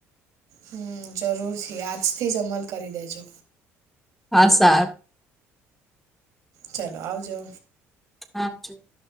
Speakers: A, on the right (about 70°); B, in the centre.
A: હમ, જરૂરથી. આજથી જ અમલ કરી દેજો.
B: હા, સારું.
A: ચાલો આવજો.
B: હ, <inaudible>